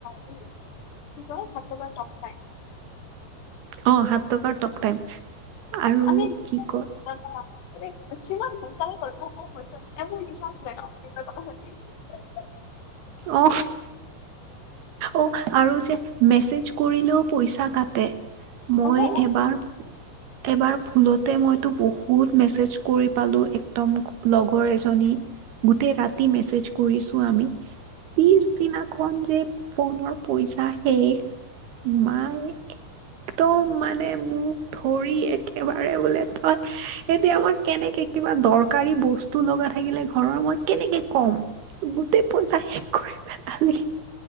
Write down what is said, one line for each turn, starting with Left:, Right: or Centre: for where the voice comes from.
Left: কি কয়? সাত টকাৰ টক টাইম।
Right: অ, সাত টকাৰ টক টাইম। আৰু
Left: আমি
Right: কি কয়
Left: আছিলো, ইনঅডিব'ল <unintelligible> ইনঅডিবল <unintelligible>
Right: অ, অ, আৰু যে মেছেজ কৰিলেও পইচা কাটে। মই
Left: অ অ
Right: এবাৰ এবাৰ ভুলতে মইতো বহুত মেছেজ কৰি পালোঁ। এক একদম লগৰ এজনী গোটেই ৰাতি মেছেজ কৰিছো আমি। পিছদিনাখন যে ফোনৰ পইচা শেষ। মাই একদম মানে মোক ধৰি একেবাৰে বোলে তই এতিয়া মই কেনেকে কিবা দৰকাৰী বস্তু লগা থাকিলে ঘৰৰ মই কেনেকে ক'ম। গোটেই পইচা শেষ কৰি পেলালি।